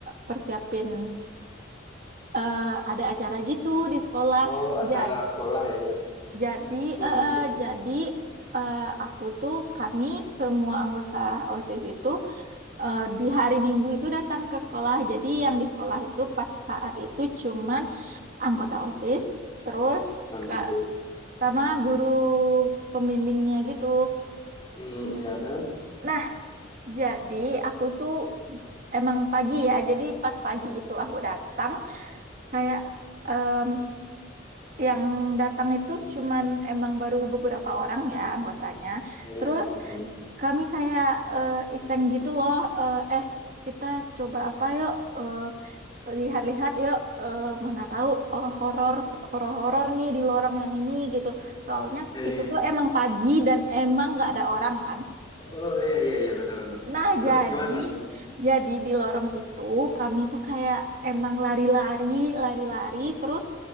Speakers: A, on the right; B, on the left.
A: persiapin eh, ada acara gitu di sekolah.
B: oh acara
A: Jadi
B: sekolah ya ya.
A: jadi
B: hmm
A: eh, eh,
B: terus
A: jadi eh, aku tuh kami semua anggota OSIS itu eh, di hari Minggu itu datang ke sekolah. Jadi yang di sekolah itu pas saat itu cuman anggota OSIS, terus
B: non
A: ke
B: guru
A: sama guru pembimbingnya gitu.
B: Hmm, ya terus?
A: Nah, jadi aku tuh emang pagi ya. Jadi pas pagi itu aku datang, kayak em, yang datang itu cuman emang baru beberapa orang ya anggotanya.
B: Iya.
A: Terus
B: Hmm.
A: kami kayak eh, iseng gitu loh, eh eh, kita coba apa yuk eh, lihat-lihat yuk eh, mana tahu eh, horor horor-horor nih di lorong yang ini gitu. Soalnya
B: Iya, iya.
A: itu tuh emang pagi dan emang nggak ada orang kan.
B: Oh, iya iya iya benar-benar.
A: Nah,
B: Terus
A: jadi
B: gimana?
A: jadi di lorong itu kami tuh kayak emang lari-lari, lari-lari terus